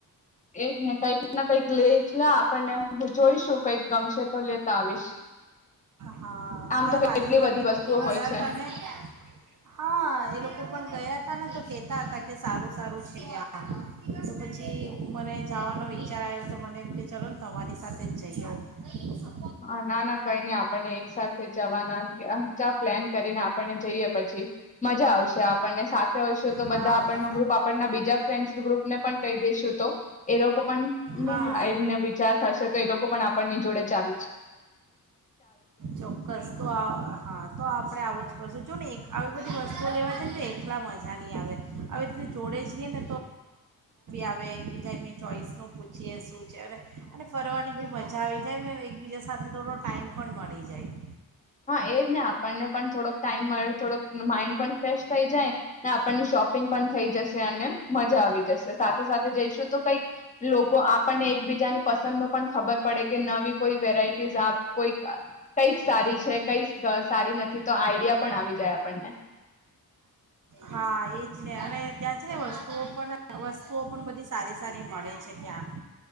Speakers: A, on the left (about 20°); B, on the right (about 60°).
A: એજ ને કંઈક ને કંઈક લે એટલા આપણને હું જોઈશું કંઈક ગમશે તો લેતા આવીશ.
B: હા
A: આમ
B: મારા
A: તો કેટલી
B: બાજુમાં
A: બધી
B: બી
A: વસ્તુઓ
B: લોકો
A: હોય
B: ગયા
A: છે
B: હતા. હા એ લોકો પણ ગયા હતા ને તો કેતા હતા કે સારું સારું છે કે આ તો પછી મને જાવાનો વિચાર આવ્યો તો મને એમ કે ચલો ને તમારી સાથે જ જઈ આવું.
A: હા ના ના કઈ નઈ આપણને એક સાથે જવાના ચા પ્લેન કરીને આપણને જઈએ પછી મજા આવશે. આપણને સાથે હોઈશું તો
B: હા
A: બધા આપણનો ગ્રુપ આપણના બીજા ફ્રેન્ડસ ગ્રુપ ને પણ કહી દઈશું તો. એ લોકો પણને
B: હા
A: ઉમ આ રીતે વિચાર થાશે તો એ લોકો પણ આપણની જોડે ચલી
B: ચોક્કસ તો આ હા તો આ આપડે આવું જ કરશું જો ને એક આવી બધી વસ્તુઓ લેવા છે ને તો એકલા મજા નહી આવે આવી રીતે જોડે જીએ ને તો આવે એકી બીજ. જે એમની ચોઈસનું પૂછીએ શું છે અને અને ફરવાની બી મજા આવી જાય અને એકબીજા સાથે થોડો ટાઈમ પણ મળી જાય.
A: હા એજ ને આપણને પણ થોડોક ટાઈમ મળ્યો થોડોક માઈન્ડ પણ ફ્રેશ થઈ જાય ને આપણની શોપિંગ પણ થઈ જશે અને મજા આવી જશે સાથે સાથે જઈશું તો કઈક લોકો આપણને એકબીજાની પસંદનું પણ ખબર પડે કે નવી કોઈ વેરાઇટીસ આ કોઈક કઈક સારી છે. જે કઈક સારી નથી તો આઈડિયા પણ આવી જાય આપણને.
B: હા એજ ને અને ત્યાં છે ને વસ્તુઓ પણ વસ્તુઓ પણ બધી સારી સારી મળે છે ત્યાં.